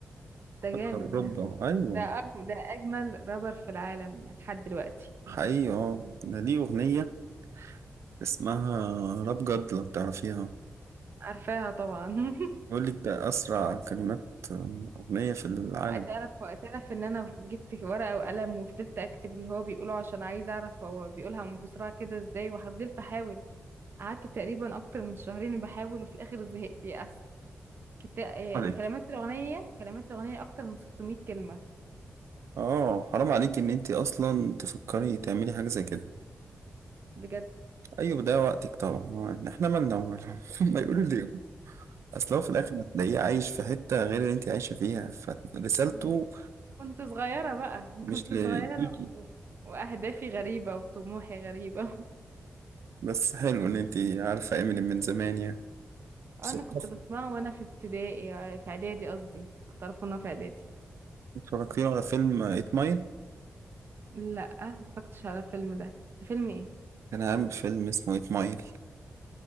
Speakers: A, on the right; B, on the right.
A: ده جامد
B: اوروبا
A: ده
B: ايوه
A: ده أجمل ده اجمل رابر في العالم يعني لحد دلوقتي
B: حقيقي اه ده ليه اغنيه اسمها راب جد لو تعرفيها
A: عارفاها طبعا
B: بيقول لك ده اسرع كلمات اغنيه في العالم
A: <laughs> تعرف تعرف ان انا جبت ورقه وقلم وفضلت اكتب اللي هو بيقوله عشان عايزه اعرف هو بيقولها من بسرعه كده ازاي وفضلت احاول قعدت تقريبا اكتر من شهرين بحاول وفي الاخر زهقت يأست كتا...
B: عليك
A: آه، كلمات الاغنيه كلمات الاغنيه اكتر من 600 كلمه
B: اه حرام عليك ان انت اصلا تفكري تعملي حاجه زي كده
A: بجد
B: ايوه ده وقتك طبعا هو احنا مالنا ومالهم <laughs> ما يقولوا لي اصل هو في الاخر هتلاقيه عايش في حته غير اللي انت عايشه فيها فرسالته
A: <laughs> كنت صغيرة بقى
B: مش
A: كنت
B: ليكي
A: صغيرة و... وأهدافي غريبة وطموحي غريبة
B: بس حلو ان انت عارفه امينيم من زمان يعني
A: <laughs> أنا
B: مثقفة.
A: كنت بسمعه وأنا في ابتدائي آه، في إعدادي قصدي كنت أعرفه وأنا في إعدادي
B: اتفرجتي على فيلم ايت مايل
A: لأ مفكرتش على الفيلم ده فيلم إيه؟
B: كان عامل فيلم اسمه ايت مايل